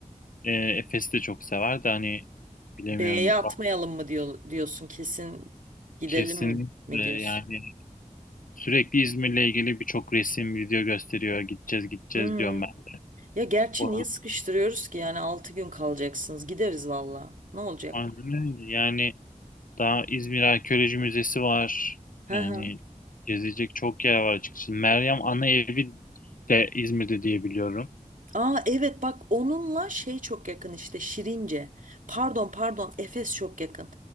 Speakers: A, on the left (about 85°); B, on the right (about 75°).
A: e, Efes'i de çok sever de hani bilemiyorum.
B: B'ye atmayalım
A: Bak
B: mı diyor, diyorsun kesin gidelim
A: kesinlikle
B: mi diyorsun?
A: yani Sürekli İzmir'le ilgili birçok resim, video gösteriyor. Gideceğiz, gideceğiz
B: Hı hı.
A: diyorum ben.
B: Ya gerçi
A: Oranın-
B: niye sıkıştırıyoruz ki yani 6 gün kalacaksınız gideriz valla. Ne olacak?
A: Aynen. Yani daha İzmir Arkeoloji Müzesi var.
B: Hı
A: Yani
B: hı.
A: gezilecek çok yer var açıkçası. Meryem Ana Evi de İzmir'de diye biliyorum.
B: Aa evet bak onunla şey çok yakın işte Şirince. Pardon pardon Efes çok yakın.